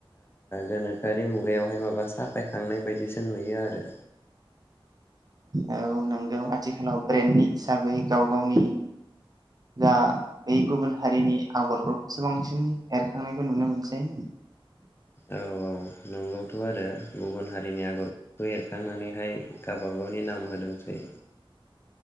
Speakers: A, on the left (about 25°); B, on the right (about 40°).
A: गोनोखोआरि मुगायावहाय माबा साफायखांनाय बायदिसो नुयो आरो
B: औ नोंगौ आथिखालाव ब्रेन्डनि हिसाबै गाव गावनि जा बै गुबुन हारिनि आगरफोरखौसो बांसिन एरखांनायखौ नुनो मोनसै
A: औ औ नंगौथ' आरो गुबुन हारिनि आगरखौ एरखांनानैहाय गावबागावनि नाम होदोंसै